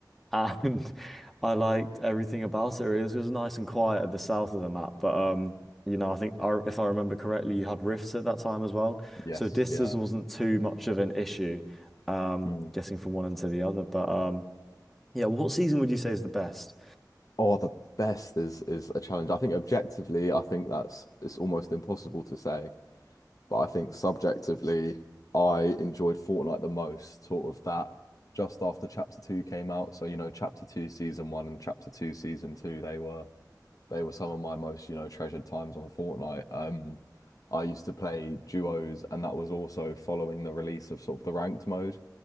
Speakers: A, in the centre; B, on the left.
A: and <laughs> I liked everything about it. really. It was, it was nice and quiet at the south of the map, but um, you know, I think I, if I remember correctly, you had rifts at that time as well,
B: yes.
A: so distance
B: Yeah.
A: wasn't too much of an issue, um,
B: Mm.
A: getting from one end to the other. But um, yeah, what season would you say is the best?
B: Oh, the best is is a challenge. I think objectively, I think that's it's almost impossible to say, but I think subjectively, I enjoyed Fortnite the most, sort of that just after Chapter Two came out. So, you know, Chapter Two Season One and Chapter Two Season Two, they were they were some of my most, you know, treasured times on Fortnite. Um, I used to play duos, and that was also following the release of sort of the ranked mode.